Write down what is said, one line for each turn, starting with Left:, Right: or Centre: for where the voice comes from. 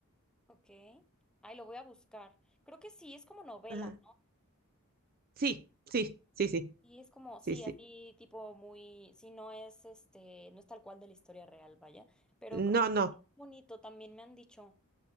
Centre: ok. Ay, lo voy a buscar. Creo que sí, es como novela.
Right: Ajá. Sí, sí, sí, sí,
Centre: Y es como, sí,
Right: sí, sí.
Centre: así tipo muy, sí, no es este, no es tal cual de la historia real, vaya, pero creo
Right: No,
Centre: que
Right: no,
Centre: sí es bonito, también me han dicho.